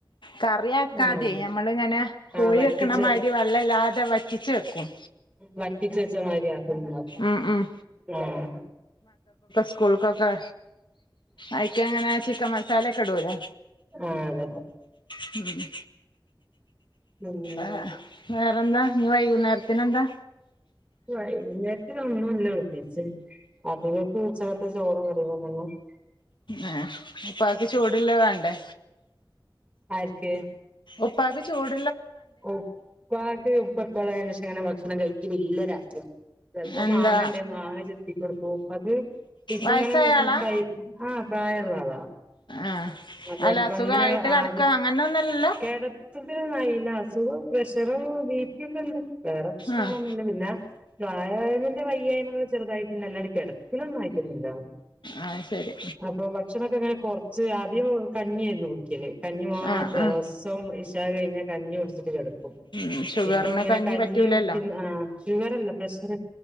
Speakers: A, on the left (about 70°); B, on the right (about 15°).
A: കറി ആക്കാതെ
B: ആഹ്
A: നമ്മള് ഇങ്ങനെ കോഴി
B: ആഹ് വറ്റിച്ച്
A: വെക്കണ മാരി വള്ളല്ലാതെ വറ്റിച്ചു വക്കും
B: വറ്റിച്ചു വെച്ച മാതിരി ആക്കിന്ന
A: ഉം ഉം
B: ആഹ്
A: സ്കൂൾ കൊക്കെ അയ്ക്ക്‌ അങ്ങനെ ചിക്കൻ മ തലേ ചെടൂലേ
B: ആ അതെ
A: മ്മ്
B: പിന്നെന്തൊക്കെ
A: ആ വേറെന്താ നിവൈകുന്നേര പിന്നെന്താ
B: വൈകുനേരത്തിന് ഒന്നുല പ്രത്യേകിച്ച് അതങ്ങക്ക് ഉച്ചക്കത്തെ ചോറും കറി <unintelligible>
A: ആ അപ്പത് ചൂടോള്ള് വേണ്ടേ
B: ആര്ക്ക്
A: ഉപ്പാക്ക് ചൂട്
B: ഉപ്പക്ക് ഉപ്പപ്പളേ അങ്ങനെ ഭക്ഷണക്കഴിക്കലില്ല രാത്രി ചെൽപ്പോ
A: എന്താ
B: മാങ്ങണ്ടേ മാങ്ങ ചെത്തിക്കൊടുക്കും അത് ഇപ്പങ്ങനെ
A: വയസ്സായ ആളാ
B: കയ് ആ പ്രായമുള്ള ആളാ
A: ആഹ്
B: അപ്പൊ
A: അല്ല
B: ഇപ്പ
A: അസുഖായിട്ട്
B: അങ്ങനെ
A: കെടക്കാ
B: ആത്
A: അങ്ങനൊന്നല്ലല്ലോ
B: കെടത്തത്തിലൊന്നായീല്ല അസുഖം പ്രഷറോ ബീ. പിയൊക്കണ്ടോ വേറെ പ്രശ്നങ്ങളൊന്നുല്ല
A: ആഹ്
B: പിന്നെ വ്യായാമന്റെ വയ്യായ്മകള് ചെറുതായിട്ടില്ല അല്ലാണ്ട് കിടപ്പലൊന്നായിട്ടൊന്നുമില്ല
A: ആഹ് ശരി
B: അപ്പൊ ഭക്ഷണൊക്കെ എങ്ങനെ കൊറ ച്ച് രാ <unintelligible> കഞ്ഞി എന്നും കുടിക്ക് കഞ്ഞി മാത്രം
A: ആഹ് ആഹ്
B: ദോസം രാവിലെ കഴിഞ്ഞ കഞ്ഞി കുടിക്കും
A: ഉം ഷുഗറിന്
B: ഇപ്പൊ ഇങ്ങനെ കഞ്ഞി
A: പറ്റൂലല്ലോ
B: കുടിക്കുന്ന ആ ഷുഗർല്ല പ്രഷർ